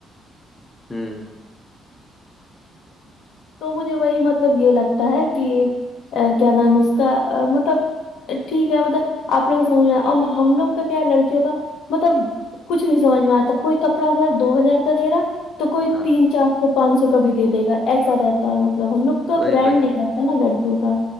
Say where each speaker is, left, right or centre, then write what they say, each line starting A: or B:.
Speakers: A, on the left; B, on the left.
A: ہوں
B: تو مجھے وہی مطلب یہ لگتا ہے کہ کیا نام اس کا مطلب ٹھیک ہے مطلب آپ لوگ کو سمجھنا اور ہم لوگ کا کیا ہے لڑکیوں کا مطلب کچھ نہیں سمجھ میں آتا کوئی کپڑا اگر دو ہزار کا دے رہا تو کوئی
A: ہاں
B: تین چار سو پانچ سو کا بھی دے دے گا ایسا رہتا ہے مطلب ہم لوگ کا
A: وہی
B: برانڈ
A: وہی
B: نہیں رہا نا لڑکیوں کا